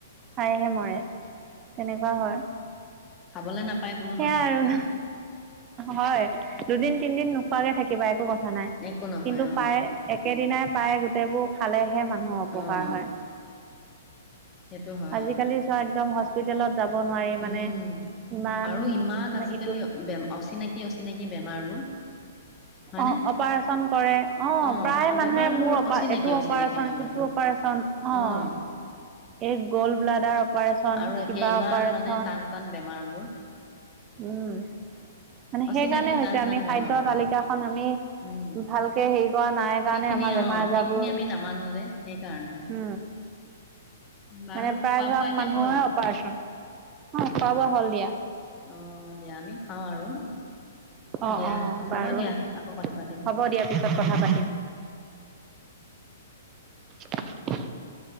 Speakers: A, on the right (about 25°); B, on the left (about 20°).
A: খাইহে মৰে তেনেকুৱা হয়।
B: খাবলৈ নাপায় কোনো
A: সেয়াই
B: নমৰে
A: আৰু
B: হয়নে?
A: হয়, দুদিন তিনদিন নোখোৱাকে থাকিবা একো কথা নাই
B: একো নহয়
A: কিন্তু
B: অ',
A: প্ৰায় একেদিনাই পায় গোটেইবোৰ খালেহে মানুহৰ অপকাৰ
B: অ',
A: হয়।
B: সেইটো হয়।
A: আজিকালি চোৱা একদম হস্পিটেলত - যাব নোৱাৰে মানে
B: উম,
A: ইমান-
B: আৰু ইমান আজিকালি
A: ইটো
B: বে অচিনাকি- অচিনাকী বেমাৰবোৰ- হয়নে?
A: অ- অপাৰেচন কৰে। অঁ,
B: অ',
A: প্ৰায় মানুহে
B: বেমাৰবোৰ
A: মোৰ অপা
B: অচিনাকি
A: এইটো
B: অচিনাকি
A: অপাৰেচন,
B: বেমাৰ
A: সিটো অপাৰেচন- অঁ,
B: অ',
A: এই গল্ডব্লাডাৰ অপাৰেচন,
B: আৰু একে
A: কিবা
B: ইমান
A: অপাৰেচন।
B: মানে টান -টান বেমাৰবোৰ।
A: উম, মানে
B: অচিনাকি
A: সেই কাৰণে হৈছে।
B: টান
A: আমি
B: টান বেমাৰবোৰ
A: খাদ্যৰ তালিকাখন আমি-
B: উম,
A: ভালকে হেৰি কৰা নাই
B: সেইখিনি
A: কাৰণে আমাৰ বেমাৰ
B: অ',
A: আজাৰবোৰ-
B: সেইখিনি আমি নামানো যে সেইকাৰণে।
A: উম।
B: বাৰু
A: মানে প্ৰায়ভাগ
B: খোৱা বোৱা এতিয়া
A: মানুহৰ
B: হ'ল?
A: অপাৰচন অ খোৱা বোৱা হ'ল দিয়া
B: অঁ, দিয়া আমি খাওঁ আৰু।
A: অ
B: দিয়া,
A: অ
B: হ'ব
A: বাৰু
B: দিয়া আকৌ কথা পাতিম
A: হ'ব দিয়া পিছত
B: উম
A: কথা
B: -উম।
A: পাতিম <inaudible>